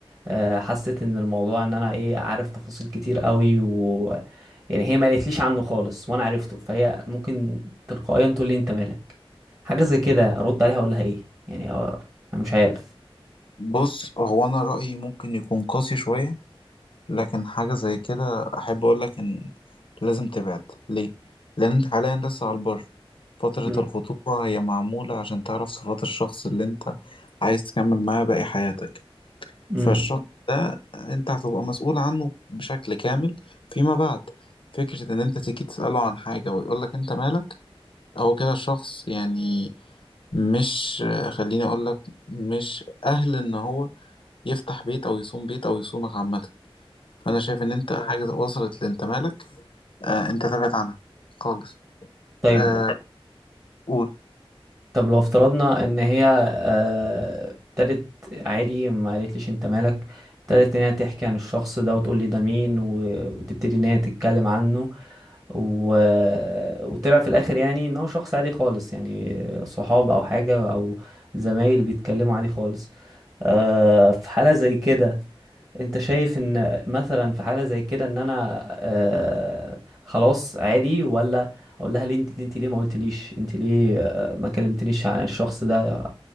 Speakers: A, on the right (about 35°); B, on the left (about 60°).
A: آه، حست ان الموضوع ان انا ايه عارف تفاصيل كتير قوي و يعني هي ما قالتليش عنه خالص وانا عرفته فهي ممكن تلقائيا تقول لي انت مالك حاجة زي كده ارد عليها اقول لها ايه يعني آه، انا مش عارف
B: بص هو انا رأيي ممكن يكون قاسي شوية لكن حاجة زي كده احب اقول لك ان لازم تبعد ليه لان انت حاليا لسه على البر فترة
A: مم.
B: الخطوبة هي معمولة عشان تعرف صفات الشخص اللي انت عايز تكمل معاه باقي حياتك
A: مم.
B: فالشط ده انت هتبقى مسؤول عنه بشكل كامل فيما بعد فكرة ان انت تيجي تسأله عن حاجة ويقولك انت مالك هو كده الشخص يعني مش خليني اقولك مش اهل ان هو يفتح بيت او يصوم بيت او يصومك عامة فانا شايف ان انت مم. حاجة وصلت لانت مالك آه انت تبعد عنها خالص
A: طيب
B: آه قول
A: طب لو افترضنا ان هي آه، ابتدت عادي ما قالتليش انت مالك ابتدت ان هي تحكي عن الشخص ده وتقول لي ده مين و- وتبتدي ان هي تتكلم عنه و... وطلع في الاخر يعني ان هو شخص عادي خالص يعني صحاب او حاجة او زمايل بيتكلموا عادي خالص آه، في حالة زي كده انت شايف ان مثلا في حالة زي كده ان انا آه خلاص عادي ولا اقول لها ليه انت ليه, انت ليه ما قلتليش انت ليه آه ما كلمتنيش عن الشخص ده